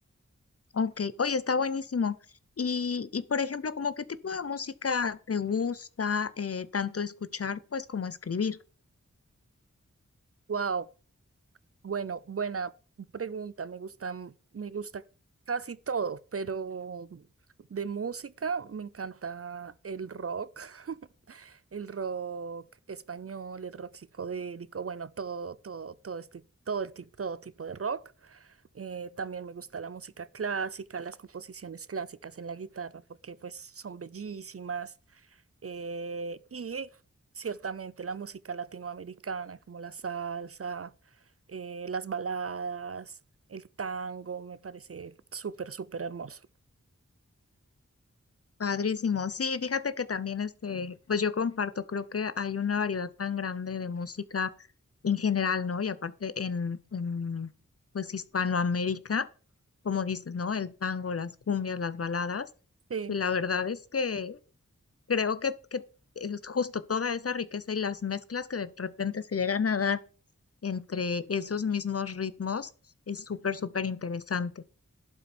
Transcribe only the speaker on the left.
Ok. Oye, está buenísimo. Y, y por ejemplo, ¿como qué tipo de música te gusta eh, tanto escuchar, pues, como escribir?
Padrísimo. Sí, fíjate que también este, pues yo comparto, creo que hay una variedad tan grande de música en general, ¿no? Y aparte en, en pues Hispanoamérica, como dices, ¿no? El tango, las cumbias, las baladas.
Y la verdad es que creo que, que es justo toda esa riqueza y las mezclas que de repente se llegan a dar entre esos mismos ritmos es súper, súper interesante.